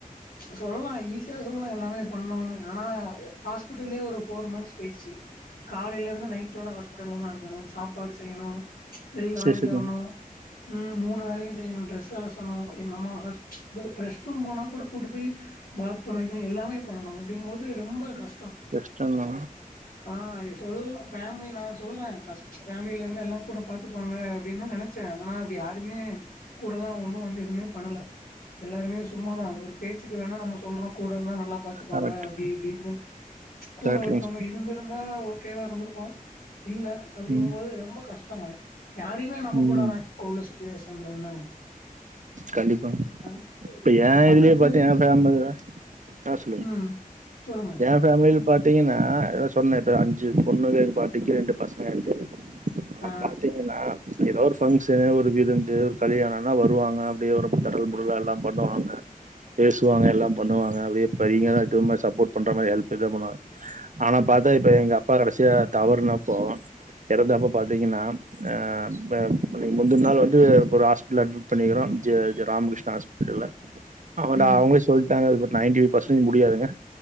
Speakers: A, on the left (about 80°); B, on the right (about 55°).
A: சொல்லலா ஈஸியா சொல்லலா எல்லாமே பண்ணுனு ஆனா ஹாஸ்பிட்டலயே ஒரு ஃபோர் மந்த்ஸ் போய்டுச்சி காலைல இருந்து நைட் வர ஹாஸ்பிட்டல்ல தா இருக்கணு சாப்பாடு செய்யணு வெளில வாங்கிட்
B: சேரி சேரி
A: வரணு ம் மூணு வேளையு செய்யணு டிரஸ் அலசணு எங்க அம்மா ஹாஸ் ரெஸ்ட் ரூம் போனா கூட கூட்டு போயி பாத் பண்ண வைக்கணு எல்லாமே பண்ணனு அப்டிங் போது ரொம்ப கஷ்டோ
B: கஷ்டந்தா
A: ஆ சொல்ல ஃபேமலி நா சொல்றே ஃபர்ஸ்ட் ஃபேம்லிலருந்து எல்லா கூட பாத்துப்பாங்க அப்டின்னு நா நென ச்சே ஆனா அப்டி யாருமே கூடதா ஒன்னு வந்து எதுமே பண்ணல எல்லாருமே சும்மாதா ஒரு பேச்சுக்கு வேணா நம்ம சொல்றோ கூட இருந்தா நல்லா பா்த்துப்பாங்க
B: கரெக்ட்
A: அப்டி இப்டின்னு கூட
B: கேட்ரிங்ஸ்
A: ஒருத்தவங்க இருந்திருந் ஆ ஓகேவா இருந்திருக்கு இல்ல அப்டிங்கும்போது
B: ம்
A: ரொம்ப கஷ்டங்க யாரையு ஏ நம்ம
B: ம்
A: கூடாதா போலீஸ் ஸ்டேஷன்ல என்ன
B: கண்டிப்பா
A: அ
B: இப்ப ஏ
A: பக்கத்து
B: இதுலயே பாத்தே ஏ ஃபேமிலி இன்னா சொல்லுங்
A: ம் சொல்லுங்க
B: ஏ ஃபேம்மிலில பாத் தீங்கனா எதோ சொன்னே இ அஞ்சு பொண்ணு பார்டிக்கு ரெண்டு பசங்கன்ட்டு ஆனா
A: ஆ
B: பாத்தே ஏன்னா ஏதாவ் ஒரு ஃபங்க்ஷனு ஒரு விருந்து ஒரு கல்யாணோ லா வருவாங்க அப்டியே வ தடல் புடல்லா எல்லா பண்ணுவாங்க பேசுவாங்க எல்லா பண்ணுவங்க அப்டியே <unintelligible> நமக்கு சப்போர்ட் பண்ற மாரி ஹெல்ப் இது பண்வாங் ஆனா பாத்தா இப்ப எங்க அப்பா கடைசியா தவர்னப்போ இறந்தப்ப பாத்தீங்கனா ஹ ம முந்தினா நாள் வந்து ஒரு ஹாஸ் ப்பிடல்ல அட்மிட் பண்ணிகிறோ ராமகிருஷ்ணா ஹாஸ்பிட்டல்ல அவதா
A: ம்
B: அவங்ளே சொல்ட்டாங்க நைன்டி ஃபைவ் பர்சன்டேஜ் முடியாதுங்க